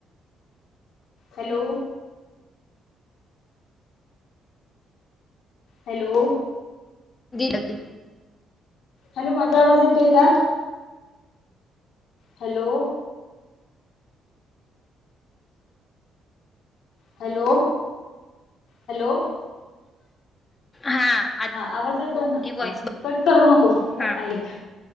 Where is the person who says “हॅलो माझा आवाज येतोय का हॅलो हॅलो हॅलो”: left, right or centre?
Left